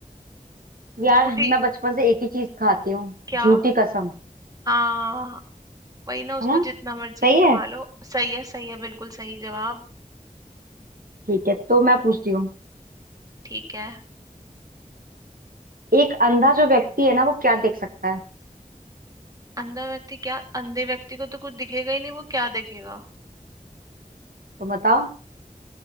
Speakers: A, on the right; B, on the right.
A: यार
B: झूठी
A: मैं बचपन से एक ही चीज खाती हूँ
B: क्या
A: झूठी कसम
B: हाँ वही ना उसको
A: है ना
B: जितना मर्जी
A: सही
B: खा
A: है
B: लो सही है सही है बिल्कुल सही जवाब
A: ठीक है तो मैं पूछती हूँ
B: ठीक है
A: एक अंधा जो व्यक्ति है ना वो क्या देख सकता है
B: अंधा व्यक्ति क्या अंधे व्यक्ति को तो कुछ दिखेगा ही नहीं वो क्या देखेगा
A: तुम बताओ